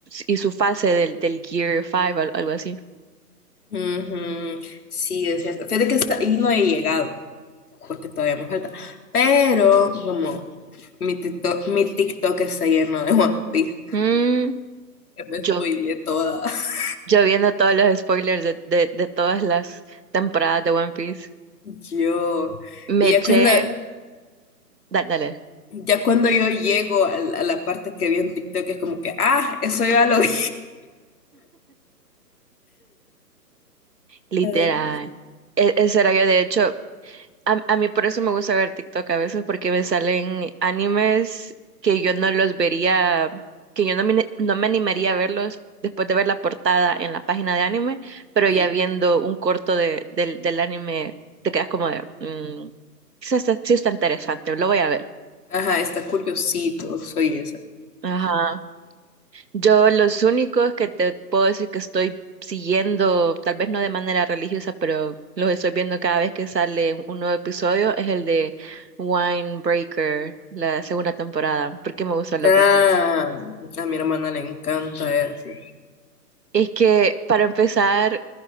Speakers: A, on the right; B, on the left.
A: y su fase del, del Gear 5, al- algo así.
B: Ujú, Sí, es cierto. Fíjate que está, y no he llegado, porque todavía me falta. Pero, como, mi TikTok, mi TikTok está lleno de One Piece.
A: Mm,
B: Ya me
A: yo,
B: spoileé toda. <laughs>
A: yo viendo todos los spoilers de, de, de todas las temporadas de One Piece,
B: Yo.
A: me
B: Y ya
A: eché,
B: cuando,
A: da- dale,
B: ya cuando yo llego a la, a la parte que vi en TikTok, es como que, ah, eso ya lo vi.
A: literal.
B: <laughs> Ay.
A: E- ese era yo, de hecho, A, a mí por eso me gusta ver TikTok a veces porque me salen animes que yo no los vería, que yo no me, no me animaría a verlos después de ver la portada en la página de anime, pero
B: Ujú.
A: ya viendo un corto de, del, del anime te quedas como de, "Mm, quizás sí está interesante, lo voy a ver.
B: Ajá, está curiosito, soy esa.
A: Ajá. Yo los únicos que te puedo decir que estoy siguiendo, tal vez no de manera religiosa, pero los estoy viendo cada vez que sale un nuevo episodio, es el de Breaker, la segunda temporada, porque me gustó la
B: Ah,
A: primera.
B: a mi hermana le encanta eso.
A: Es que para empezar,